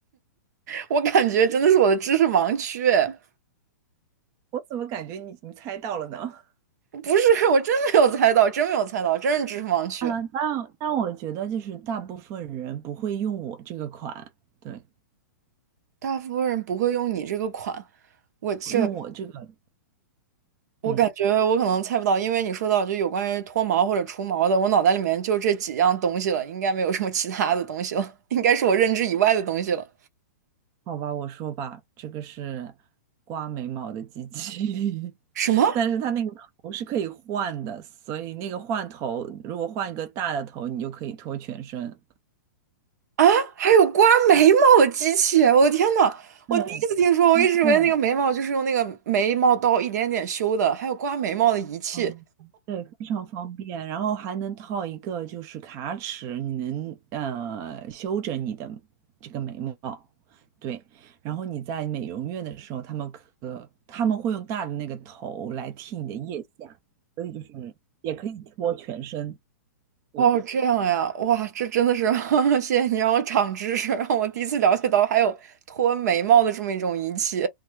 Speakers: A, on the right; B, on the right.
A: 我感觉真的是我的知识盲区，哎
B: 我怎么感觉你已经猜到了呢？<laughs>
A: 不是，我真没有猜到，真没有猜到，真是知识盲区。
B: 啊。但但我觉得就是大部分人不会用我这个款，对，
A: 大部分人不会用你这个款，我这
B: 用我这个，
A: 我感觉我可能猜不到，
B: 嗯。
A: 因为你说到就有关于脱毛或者除毛的，我脑袋里面就这几样东西了，应该没有什么其他的东西了，应该是我认知以外的东西了。
B: 好吧，我说吧，这个是刮眉毛的机器，
A: 什么
B: <laughs> 但是它那个头是可以换的，所以那个换头，如果换一个大的头，你就可以脱全身。
A: 啊？还有刮眉毛的机器哎？我的天呐，
B: 对，
A: 我第一次听说，我一直以为那个眉毛就是用那个眉毛刀一点点修的，
B: 它对，
A: 还有刮眉毛的仪器。
B: 哦，对，非常方便，然后还能套一个就是卡尺，你能呃修整你的这个眉毛，对，然后你在美容院的时候，他们可他们会用大的那个头来剃你的腋下，所以就是也可以脱全身，对，
A: 哦，这样呀，哇，这真的是，<laughs> 谢谢你让我长知识，让我第一次了解到还有脱眉毛的这么一种仪器。